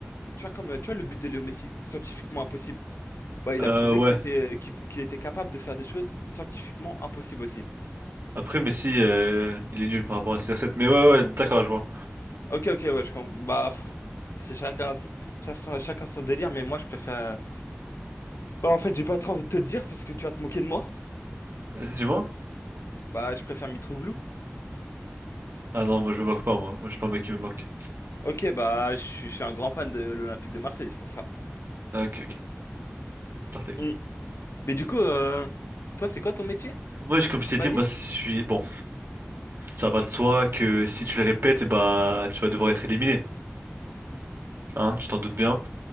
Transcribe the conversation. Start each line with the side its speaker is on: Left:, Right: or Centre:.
Left: tu vois, comme, euh, tu vois, le but de Léo Messi, scientifiquement impossible. Bah, il
Right: Euh,
Left: a prouvé
Right: ouais.
Left: que c'était, euh, qu'il, qu'il était capable de faire des choses scientifiquement impossibles aussi.
Right: Après, mais si, euh, il est nul par rapport à ces recettes. Mais ouais, ouais, d'accord, je vois.
Left: Ok, ok, ouais, je comprends. Bah, pff, c'est chacun, chacun, son- chacun son délire, mais moi, je préfère. Bah, en fait, j'ai pas très envie de te le dire parce que tu vas te moquer de moi.
Right: Vas-y, dis-moi.
Left: Bah, je préfère Mitroglou.
Right: Ah non, moi, je me moque pas, moi. Moi, je suis pas un mec qui me moque.
Left: Ok, bah, je suis je suis un grand fan de l'Olympique de Marseille, c'est pour ça.
Right: Ah, ok, ok. Tartek.
Left: Mm. Mais du coup, euh, toi, c'est quoi ton métier?
Right: Moi, je- comme je
Left: Tu
Right: t'ai
Left: m'as
Right: dit,
Left: dit?
Right: moi, je suis. Bon, ça va de soi que si tu le répètes, eh bah, tu vas devoir être éliminé. Hein, tu t'en doutes bien.